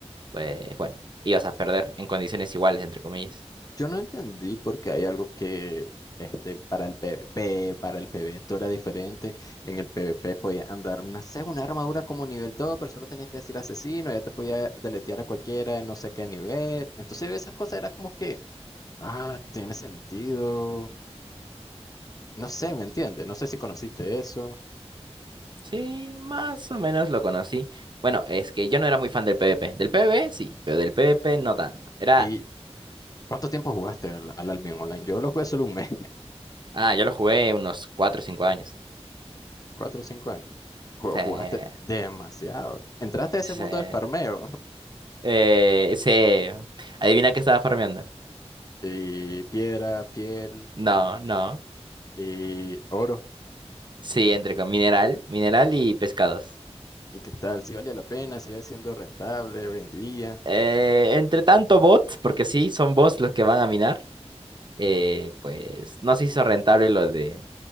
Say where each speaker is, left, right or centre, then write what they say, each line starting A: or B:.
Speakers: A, on the right; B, on the left.
A: pues bueno, ibas a perder en condiciones iguales, entre comillas.
B: yo no entendí porque hay algo que este, para el PvP, para el PvE, esto era diferente. En el PvP podía andar una, sé, una armadura como nivel dos pero solo tenías que decir asesino, ya te podía deletear a cualquiera de no sé qué nivel. Entonces esas cosas era como que, ah, tiene sentido. No sé, ¿me entiendes? No sé si conociste eso.
A: Sí, más o menos lo conocí. Bueno, es que yo no era muy fan del PvP. Del PvP sí, pero del PvP no tanto. Era,
B: ¿Y cuánto tiempo jugaste al, al Albion Online? Yo lo jugué solo un mes.
A: ah, yo lo jugué unos cuatro o cinco años.
B: cuatro o cinco años. Ju-
A: Se,
B: Jugaste demasiado. Entraste a ese
A: se,
B: mundo del farmeo. <laughs>
A: eh, se, adivina qué estaba farmeando.
B: Y piedra, piel
A: No, no.
B: y oro.
A: Sí, entre con mineral, mineral y pescados.
B: ¿Y qué tal? Si valía la pena, sigue siendo rentable hoy en día,
A: Eh, entre tanto bots, porque sí, son bots los que van a minar, eh, pues no se hizo rentable lo de